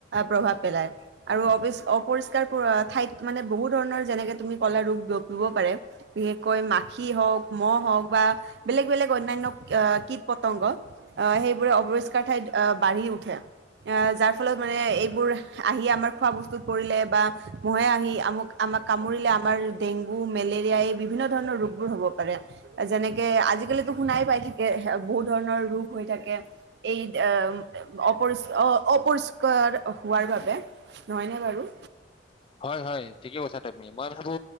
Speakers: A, on the right (about 65°); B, on the left (about 30°).
A: প্ৰভাৱ পেলাই আৰু অ অপৰিষ্কাৰ ঠাইত মানে বহু ধৰণৰ যেনেকে তুমি কলা ৰোগ বিয়পিব পাৰে। বিশেষকৈ মাখি হওক, মহ হওক বা বেলেগ বেলেগ অন্যান্য আ কীট - পতংগ আহ সেইবোৰে অপৰিষ্কাৰ ঠাইত বাঢ়ি উঠে আহ যাৰ ফলত মানে এইবোৰ আহি আমাৰ খোৱা বস্তুত পৰিলে বা মহে আহি আমোক আমাক কামুৰিলে আমাৰ ডেংগু মেলে দিয়াই বিভিন্ন ধৰণৰ ৰোগবোৰ হ'ব পাৰে যেনেকে আজিকালিতো শুনাই পাই থাকে বহুত ধৰণৰ ৰোগ হৈ থাকে এই দেম অপৰিছ অ অপৰিষ্কাৰ হোৱাৰ বাবে নহয়নে বাৰু?
B: হয় হয় ঠিকে কৈছা তুমি মই ভাবো